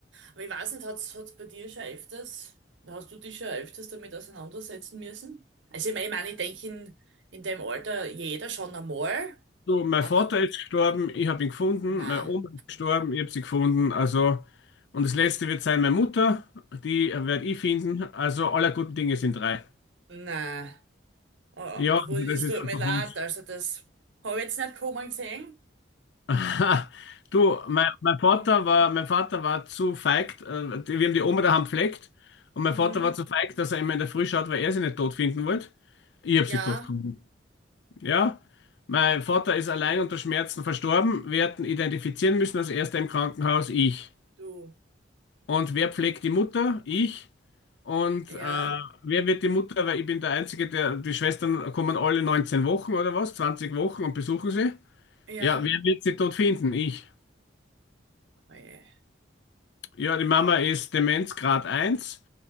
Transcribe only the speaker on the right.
Aber ich weiß nicht, hat's, hat's bei dir schon öfters, hast du dich schon öfters damit auseinandersetzen müssen? Also ich meine, ich, mein, ich denke in, in dem Alter jeder schon einmal,
aber
na,
na. Oh,
gut,
es
tut
mir leid.
Also das habe ich jetzt nicht kommen gesehen.
Mhm.
Mhm.
Ja.
Du.
Ja.
Ja.
Oje.